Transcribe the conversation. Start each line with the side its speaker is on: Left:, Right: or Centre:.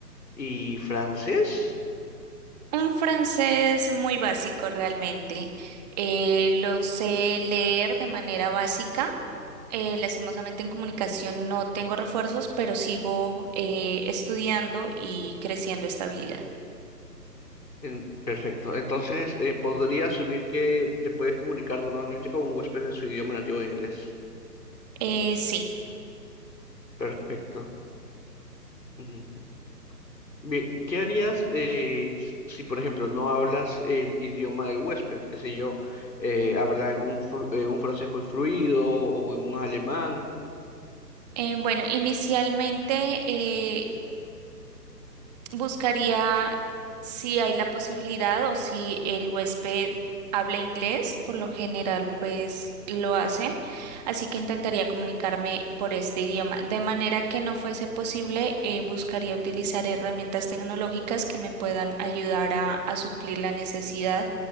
Left: y francés.
Right: Un francés muy básico realmente. Eh, lo sé leer de manera básica. Eh, lastimosamente en comunicación no tengo refuerzos, pero sigo eh, estudiando y creciendo esta habilidad.
Left: En- perfecto, entonces eh, podría asumir que te puedes comunicar normalmente con un huésped en su idioma nativo de inglés.
Right: Eh, sí.
Left: Perfecto. Mm. Bien, ¿qué harías eh, s- si, por ejemplo, no hablas el idioma del huésped? Qué sé yo, eh, habla en un, fru- en un francés muy fluido o en un alemán.
Right: Eh, bueno, inicialmente eh, buscaría si hay la posibilidad o si el huésped habla inglés. Por lo general, pues lo hacen. Así que intentaría comunicarme por este idioma. De manera que no fuese posible, eh, buscaría utilizar herramientas tecnológicas que me puedan ayudar a a suplir la necesidad